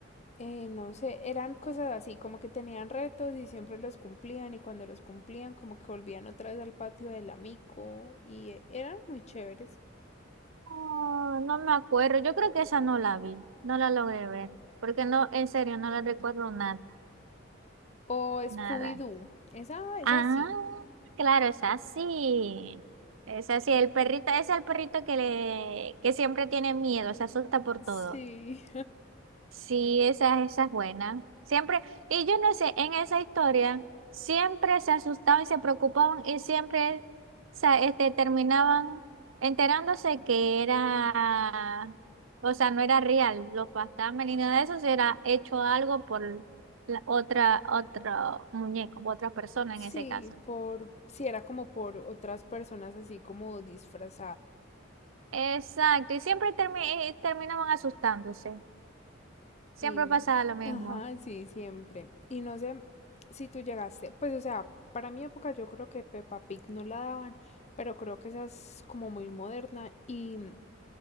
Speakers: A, on the left; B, on the right.
A: Eh, no sé, eran cosas así, como que tenían retos y siempre los cumplían y cuando los cumplían como que volvían otra vez al patio del amigo y eh, eran muy chéveres.
B: Oh, no me acuerdo. Yo creo que esa no la vi, no la logré ver, porque no, en serio, no la recuerdo nada,
A: O Scooby-Doo,
B: nada.
A: esa, esa
B: Ah,
A: sí.
B: claro, es así. Es así, el perrito, es el perrito que le, que siempre tiene miedo, se asusta por
A: Sí.
B: todo. Sí, esa, esa es buena. Siempre, y yo no sé, en esa historia siempre se asustaban y se preocupaban y siempre sa- este, terminaban enterándose que era, o sea, no era real, los fantasmas ni nada de eso, se era hecho algo por la otra, otro muñeco, otra persona
A: Sí,
B: en ese caso.
A: por, sí, era como por otras personas así como disfrazadas.
B: Exacto, y siempre termi- eh, terminaban asustándose. Siempre
A: Y, mm,
B: pasaba lo mismo.
A: ajá, sí, siempre. Y no sé si tú llegaste, pues o sea, para mi época yo creo que Peppa Pig no la daban, pero creo que esa es como muy moderna y mm,